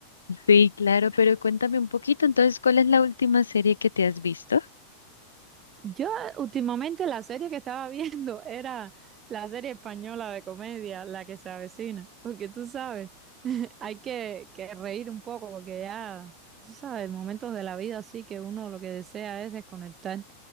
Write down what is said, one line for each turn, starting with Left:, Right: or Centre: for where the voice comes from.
Left: Sí, claro, pero cuéntame un poquito. Entonces, ¿cuál es la última serie que te has visto?
Right: Yo últimamente la serie que estaba viendo <laughs> era la serie española de comedia, La que se avecina, porque tú sabes, <laughs> hay que, que reír un poco, porque ya, tú sabes, momentos de la vida así que uno lo que desea es desconectar.